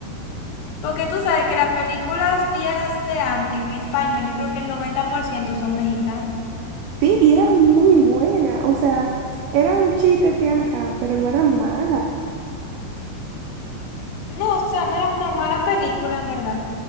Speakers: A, on the left; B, on the right.
A: Porque tú sabes que las películas viejas de antes en español, yo creo que el noventa por ciento son mexicanos.
B: Sí, y eran muy buenas, o sea, eran chistes que, ajá, pero no eran malas.
A: No, o sea, no era una mala película en verdad.